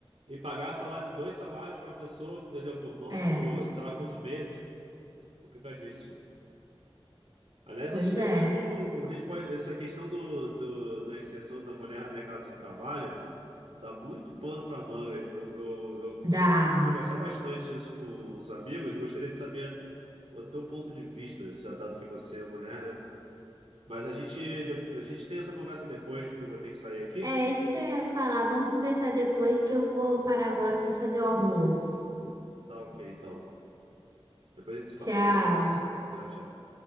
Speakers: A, on the right (about 85°); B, on the right (about 40°).
A: e pagar salário, dois salários para a pessoa, entendeu? Por nove,
B: é,
A: por sei lá quantos meses. Complicadíssimo. Aliás,
B: pois
A: a gente
B: é.
A: até pode, tipo, a gente pode, essa questão do, do- da inserção da mulher no mercado de trabalho dá muito pano para manga. Eu, eu, eu
B: Dá.
A: costumo conversar bastante isso com os amigos. Gostaria de saber o teu ponto de vista, já dado que você é mulher, né? Mas a gente, a gente tem essa conversa depois, porque eu vou ter que sair aqui.
B: É é isso que eu ia falar. Vamos conversar depois que eu vou parar agora para fazer o almoço.
A: Tá ok, então. Depois a gente se
B: Tchau.
A: fala. Um abraço. Tchau, tchau.